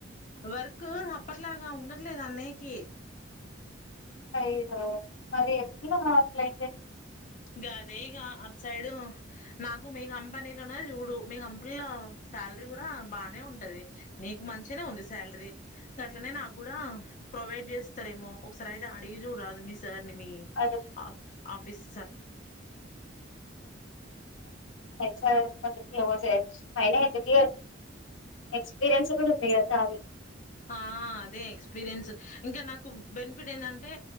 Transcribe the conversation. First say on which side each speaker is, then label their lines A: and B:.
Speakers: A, on the left; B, on the left.
A: వర్క్ అప్పట్లాగా ఉండట్లేదు అన్నయ్యకి
B: అయ్యో మరి ఎట్లా అట్లయితే
A: గది గ అట్ సైడ్, నాకు మీ కంపెనీలోనే చూడు, మీ కంపెనీలో శాలరీ కూడా బానే ఉంటది, నీకు మంచినే ఉంది శాలరీ అట్లనే నాకు కూడా ప్రొవైడ్ చేస్తారేమో, ఒకసారి అయితే అడిగి చూడరాదు మీ సార్ మీ
B: అడు
A: ఆఫ్ ఆఫీస్
B: స కొ అైన ఎందుక ఎక్స్పీరియన్స్ కూడా ఉంది కదా
A: ఆ అదే ఎక్స్పీరియన్స్, ఇంకా నాకు బెనిఫిట్ ఏంటంటే,